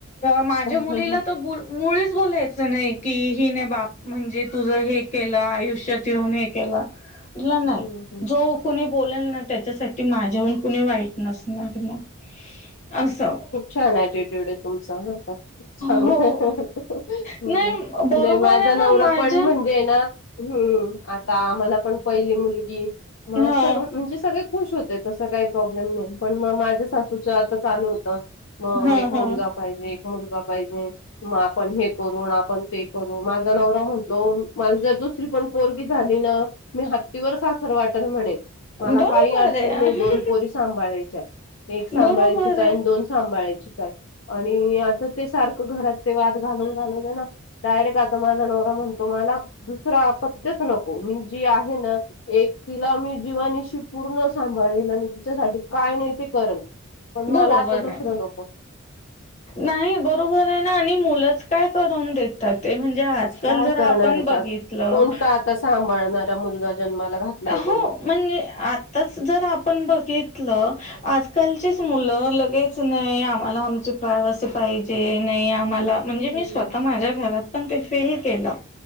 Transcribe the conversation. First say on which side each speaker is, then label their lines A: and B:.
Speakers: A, on the left (about 30°); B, on the left (about 60°).
A: माझ्या
B: हम्म
A: मुलीला त ब- मुळीच बोलायचं नाही. कि हिने बाप म्हणजे तुझं हे केलं. आयुष्यात येऊन हे- केल. म नाही.
B: हम्म.
A: जो कुणी बोलेल ना त्याच्यासाठी माझ्याहून कुणी वाईट नसणार. मग. असं
B: खूप छान ऍटिट्यूड आहे तुमचा. बर का. खूप छान.
A: हो. नाही बरोबर
B: <unintelligible> माझा
A: आहे
B: नवरा
A: ना माझ्या
B: पण म्हणजे ए ना- हम्म आता आम्हाला पण पहिली मुलगी म
A: हा
B: सग म्हणजे सगळे खुश होते तसं काही प्रॉब्लेम नाही पण मग माझ्या सासूच आता चालू होत म
A: हा
B: मग एक मुलगा
A: हा.
B: पाहिजे एक मुलगा पाहिजे. मग आपण हे करून ते करू माझा नवरा म्हणतो मला जर दुसरी पण पोरगी झाले न मी हत्तीवर साखर वाटेल म्हणे. मला
A: बरोबर
B: काही अडचण
A: आहे
B: नाही दोन पोरी सांभाळायच्या एक सांभाळायची
A: बरोबर
B: का
A: आहे.
B: दोन सांभाळायची काय आणि आता ते सारखं घरात ते वाद घालून घालून ना डायरेक्ट आता माझा नवरा म्हणतो मला दुसरा सत्यच नको मी जे आहे ना एक तिला मी जीवानीशी पूर्ण सांभाळेन आणि हिच्यासाठी काय नाही ते करल पण मला
A: बरोबर
B: आता दुसरं
A: आहे.
B: नको.
A: नाही बरोबर आहे ना आणि मुलं काय करून देतात ते म्हणजे आजकाल
B: काय
A: जर
B: करणार
A: आपण
B: आहेत
A: बघितलं
B: आ कोणता आता सांभाळणारा मुलगा जन्माला घातलाय
A: हो
B: कोणी
A: म्हणजे आताच जर आपण बघितलं. आजकालचीच मुलं लगेच नाही आम्हाला आमची प्रायव्हसी पाहिजे नाही आम्हाला म्हणजे
B: हम्म
A: मी स्वतः माझ्या घरात पण ते फील केलं.